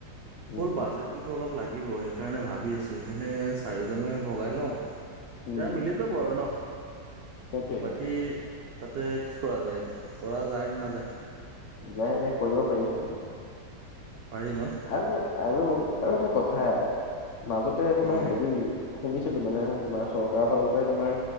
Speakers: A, on the left (about 60°); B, on the right (about 75°).
A: উম
B: হ'ল বাজেটটোতো অলপ লাগিব সেইকাৰণে ভাব বি আছো হেকানে চাৰিজনে ভগাই লওঁ এয়া
A: উম
B: মিলি যাব আৰু ন।
A: সেইটোৱে
B: বাকী
A: সেইটোৱে।
B: তাতে কি কৰা যায় এতিয়া কৰা যায় নাযায়?
A: যাই যাই কৰিব পাৰি সেইটো।
B: পাৰি ন?
A: আৰু আৰু আৰু এটা কথা মাজতে তোমাৰ
B: উম
A: হেৰি শুনিছিলো মানে তোমাৰ চৰকাৰৰ ফালৰ পৰাই তোমাৰ